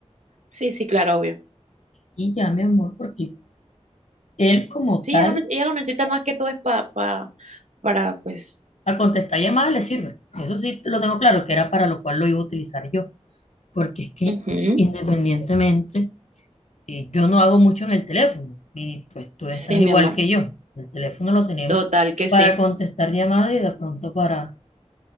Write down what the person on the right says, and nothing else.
sí, sí, claro, obvio.
Sí,
ella lo, ne- ella lo necesita más que todo es pa, pa- para, pues,
ujú.
Sí, mi
amor.
Total que sí.